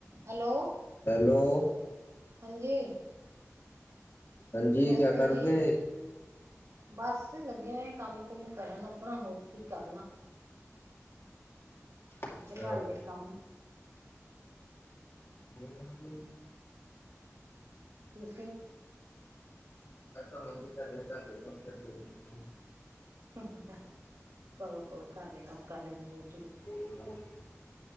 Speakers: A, on the right (about 75°); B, on the left (about 50°).
A: Hello
B: hello.
A: ਹਾਂਜੀ।
B: ਹਾਂਜੀ
A: ਨਮਸਤੇ
B: ਕਿਆ ਕਰਦੇ
A: ਜੀ, ਬਸ ਲੱਗੇ ਹੋਏ ਕੰਮ ਕੁਮ ਕਰਨ। ਆਪਣਾ ਹੋਰ ਕੀ ਕਰਨਾ।
B: ਅੱਛਾ
A: ਅੱਜ ਘਰ ਦੇ ਕੰਮ
B: <unintelligible>
A: ਤੁਸੀਂ?
B: ਆ ਨ ਵੀ ਤਾਂ, <inaudible> <unintelligible>
A: ਕਰੋ ਕਰੋ ਘਰ ਦੇ ਕੰਮ ਕਰਨੇ ਵੀ ਬਹੁਤ
B: ਹਮ, <inaudible> <unintelligible>